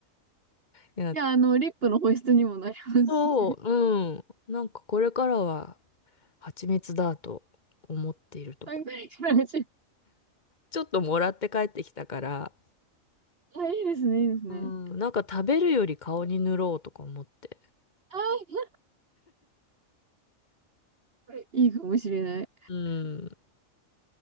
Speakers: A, on the left; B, on the right.
A: て <laughs> やっ
B: や、あの、リップの保湿にもなりますし。
A: そううん。なんかこれからは蜂蜜だと思っているところ。
B: 3回くらいし。
A: ちょっともらって帰ってきたから、
B: あ、いいですね、いいですね。
A: うん、なんか食べるより顔に塗ろうとか思って。
B: あー、いいかもしれない。
A: うん、